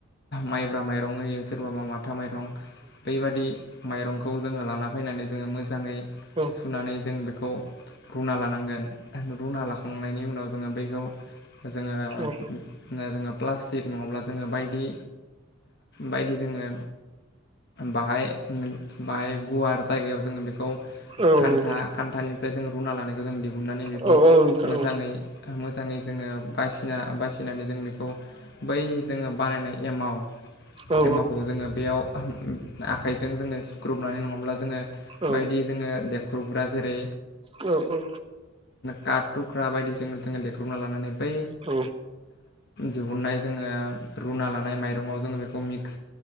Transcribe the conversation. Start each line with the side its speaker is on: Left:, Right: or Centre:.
Left: माइब्रा माइरं होयो सोरबाबा माथा माइरं बैबादि माइरंखौ जोङो लाना फैनानै जोङो मोजाङै
Right: औ
Left: सुनानै जों बेखौ रुना लानांगोन रुना लाखांनायनि उनाव जोङो बैखौ जोङो
Right: औ
Left: जोङो प्ला स्टिक नङाब्ला जोङो बायदि बायदि जोङो बाहाय बाहाय गुवार जायगायाव जोङो बेखौ
Right: औ
Left: खान्था
Right: औ
Left: खान्थानि फ्राय जों रुना लानायखौ जों दिहुनन्नानै बेखौ
Right: औ नोंथां
Left: मोजाङै मोजाङै जोङो बायसिना बासिनानै जों बेखौ बै जोङो बानायनाय एमाव
Right: औ
Left: एमावखौ जोङो बेयाव आखाइजों जोङो सिख्रुबनानै नङाब्ला जोङो
Right: औ
Left: बायदि जोङो देख्रुबग्रा जेरै
Right: औ औ
Left: काट थुख्रा बायदिजों जोङो देख्रुबना लानानै बै
Right: औ
Left: दिहुननाय जोङो रुना लानाय माइरं आव जोङो बेखौ मिक्स